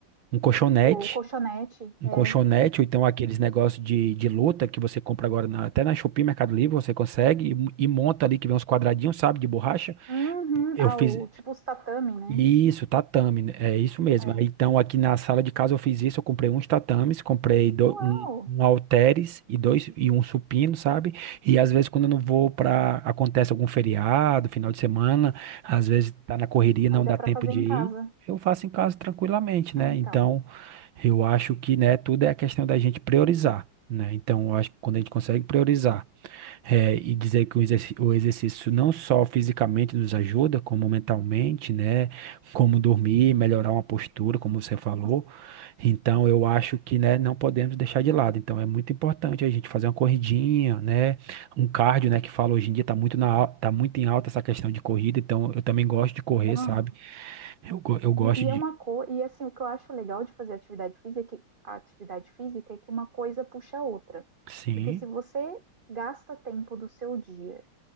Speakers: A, on the right; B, on the right.
A: um colchonete,
B: O colchonete,
A: um
B: é.
A: colchonete, ou então aqueles negócios de, de luta que você compra agora na- até na Shopee, Mercado Livre, você consegue e, e monta ali, que vem uns quadradinhos, sabe, de borracha.
B: Uhum.
A: Eu
B: Ah,
A: fiz.
B: o, tipo os tatame, né?
A: Isso, tatame, né? é isso mesmo.
B: É.
A: Então, aqui na sala de casa eu fiz isso, eu comprei uns tatames, comprei do-
B: Uau!
A: um, um halteres e dois e um supino, sabe? E às vezes quando eu não vou para acontece algum feriado, final de semana, às vezes tá na correria, não
B: Aí dá
A: dá
B: pra
A: tempo
B: fazer
A: de
B: em
A: ir,
B: casa.
A: eu faço em casa tranquilamente,
B: Ah,
A: né?
B: então.
A: Então, eu acho que, né, tudo é a questão da gente priorizar, né? Então, eu acho que quando a gente consegue priorizar é, e dizer que o exerci- o exercício não só fisicamente nos ajuda, como mentalmente, né? Como dormir, melhorar uma postura, como você falou.
B: Nossa.
A: Então, eu acho que, né, não podemos deixar de lado. Então, é muito importante a gente fazer uma corridinha, né? Um cardio, né, que fala hoje em dia tá muito na, al- tá muito em alta essa questão de corrida. Então, eu também gosto de correr,
B: Ah.
A: sabe? Eu, go- eu gosto
B: E, e
A: de.
B: é uma coisa. E assim, o que eu acho legal de fazer atividade física, é que, a atividade física é que uma coisa puxa a outra.
A: Sim,
B: Porque se você gasta tempo do seu dia